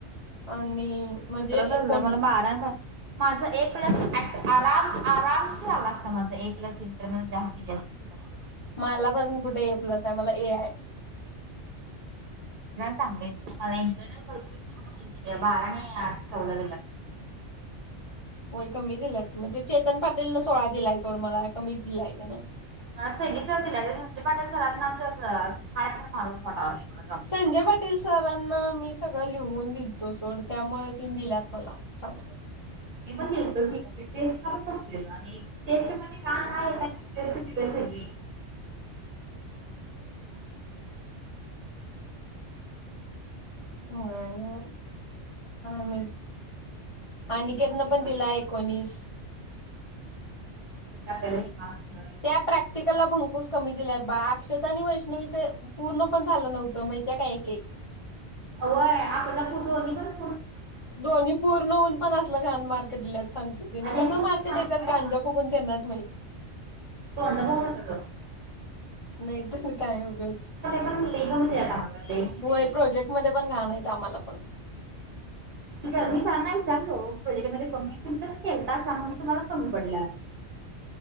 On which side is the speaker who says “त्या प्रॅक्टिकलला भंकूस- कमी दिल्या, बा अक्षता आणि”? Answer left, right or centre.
Left